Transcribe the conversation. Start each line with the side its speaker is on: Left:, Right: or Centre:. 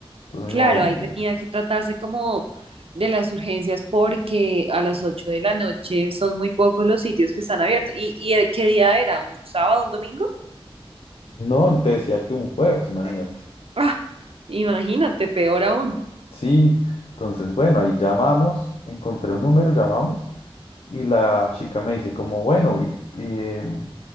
Left: Entonces
Right: Claro,
Left: mi mamá
Right: ahí
Left: me
Right: tenía
Left: dijo,
Right: que tratarse como de las urgencias porque a las 8 de la noche son muy pocos los sitios que están abiertos. ¿Y, y el- qué día era? ¿Un sábado, un domingo?
Left: no, te decía que un jueves, imagínate.
Right: Ah, imagínate, peor aún.
Left: Sí, entonces bueno, ahí llamamos, encontré un número, llamamos y la chica me dice como, bueno, ¿y, y, em,